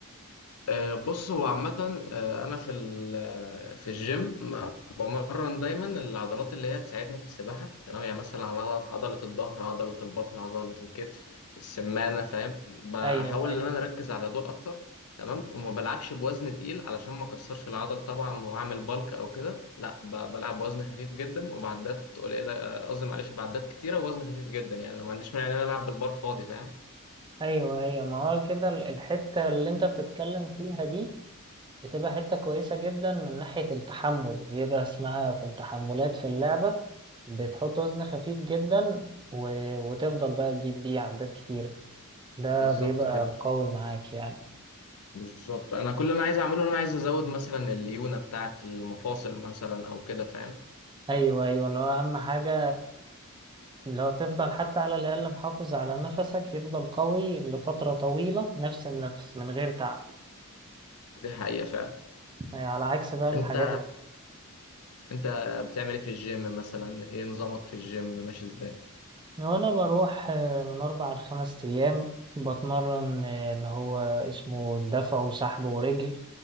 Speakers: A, on the left; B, on the right.
A: آه، بص هو عامة آه، أنا في ال- في الجيم ما- بمرن دايما العضلات اللي هي تساعدني في السباحة تمام يعني مثلا على عض- عضلة الظهر عضلة البطن عضلة الكتف السمانة فاهم بحاول
B: ايوه ايوه
A: إن أنا أركز على دول أكتر تمام وما بلعبش بوزن تقيل علشان ما أكسرش العضل طبعا وأعمل بالك أو كده لا ب- بلعب بوزن خفيف جدا وبعدات قليلة آه، قصدي معلش بعدات كتيرة ووزن خفيف جدا يعني أنا ما عنديش مانع إن أنا ألعب بالبار فاضي فاهم
B: ايوه ايوه ما هو كده ال- الحته اللي انت بتتكلم فيها دي بتبقى حتة كويسة جدا من ناحية التحمل بيبقى اسمها في التحملات في اللعبة بتحط وزن خفيف جدا و... وتفضل بقى تجيب بيه عدات كتيرة ده
A: بالظبط
B: بيبقى
A: كده
B: قوي معاك يعني
A: بالظبط انا كل اللي انا عايز اعمله ان انا عايز ازود مثلا الليونه بتاعه المفاصل مثلا او كده فاهم
B: أيوة أيوة اللي هو أهم حاجة لو تفضل حتى على الأقل محافظ على نفسك يفضل قوي لفترة طويلة نفس النفس من غير تعب
A: دي حقيقه فعلا
B: يعني على عكس بقى الحاجات
A: انت
B: التانية
A: انت بتعمل ايه في الجيم مثلا ايه نظامك في الجيم ماشي ازاي
B: وأنا بروح آه، من أربع لخمس أيام بتمرن آه، اللي هو اسمه دفع وسحب ورجل